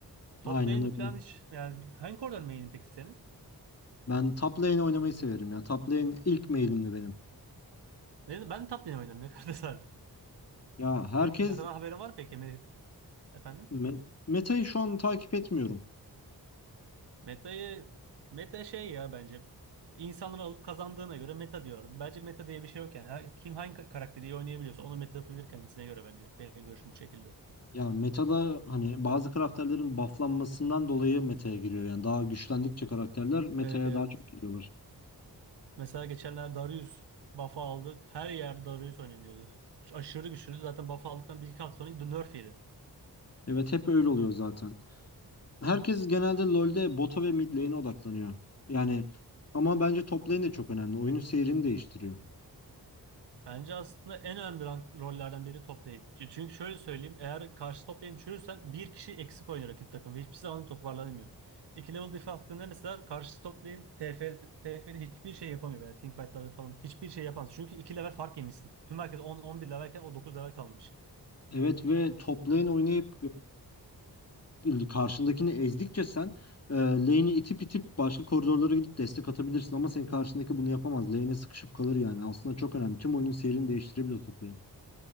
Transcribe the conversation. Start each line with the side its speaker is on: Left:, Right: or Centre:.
Right: Top
Left: Aynen
Right: lane falan
Left: öyle.
Right: hiç yani hangi koridor main'in peki senin?
Left: Ben top lane oynamayı severim ya. Top lane ilk mailimdi benim.
Right: Ben, ben top lane oynuyorum ne kadar tesadüf.
Left: Ya herkes
Right: Met Meta'dan haberin var peki? Me- Efendim?
Left: me- metayı şu an takip etmiyorum.
Right: Meta'yı meta şey ya bence. İnsanları alıp kazandığına göre meta diyorum. Bence meta diye bir şey yok yani. Ha- Kim hangi ka- karakteri iyi oynayabiliyorsa onu meta yapabilir kendisine göre bence. Benim görüşüm bu şekilde.
Left: Ya metada hani bazı karakterlerin bufflanmasından dolayı meta'ya giriyor. Yani daha güçlendikçe karakterler meta'ya
Right: Evet evet.
Left: daha çok giriyorlar.
Right: Mesela geçenler Darius buff'ı aldık. Her yer Darius oynanıyordu. Aşırı güçlüydü. Zaten buff aldıktan bir iki hafta sonra nerf yedi.
Left: Evet hep öyle oluyor zaten. Herkes genelde LoL'de bota ve mid lane'e odaklanıyor. Yani ama bence top lane de çok önemli. Oyunun seyrini değiştiriyor.
Right: Bence aslında en önemli ran- rollerden biri toplayıcı. Çünkü şöyle söyleyeyim. Eğer karşı toplayıcı düşürürsen bir kişi eksik oynuyor rakip takım ve hiçbir zaman toparlanamıyor. İki level diff attığında mesela karşı toplayıcı TF, TF'de hiçbir şey yapamıyor veya teamfightlarda falan hiçbir şey yapamaz. Çünkü iki level fark yemişsin. Tüm herkes 10-11 levelken o 9 level kalmış.
Left: Evet ve top lane oynayıp e, karşındakini ezdikçe sen e, lane'i itip itip başka koridorlara gidip destek atabilirsin. Ama senin karşındaki bunu yapamaz. Lane'e sıkışıp kalır yani. Aslında çok önemli. Tüm oyunun seyrini değiştirebiliyor top lane.